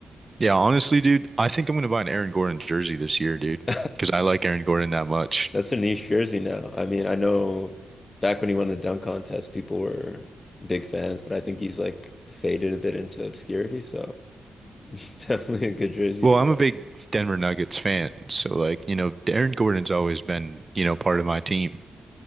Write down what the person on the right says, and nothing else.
Yeah, honestly, dude, I think I'm gonna buy an Aaron Gordon jersey this year, dude,
because I like Aaron Gordon that much.
Well,
I'm
a big Denver Nuggets fan, so like, you know, Aaron Gordon's always been, you know, part of my team.